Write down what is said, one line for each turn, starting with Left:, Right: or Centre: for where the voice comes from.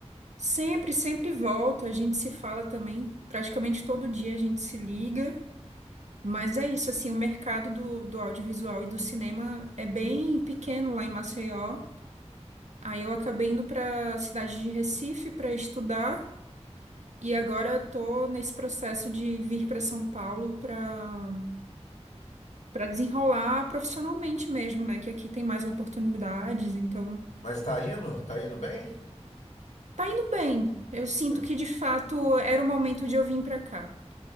Right: Sempre, sempre volto, a gente se fala também, praticamente todo dia a gente se liga, mas é isso, assim, o mercado do, do audiovisual e do cinema é bem pequeno lá em Maceió. Aí eu acabei indo para a cidade de Recife para estudar e agora estou nesse processo de vir para São Paulo para para desenrolar profissionalmente mesmo, né? Que aqui tem mais oportunidades, então
Left: Mas tá indo, tá indo bem?
Right: tá indo bem. Eu sinto
Left: É.
Right: que de fato era o momento de eu vir para cá.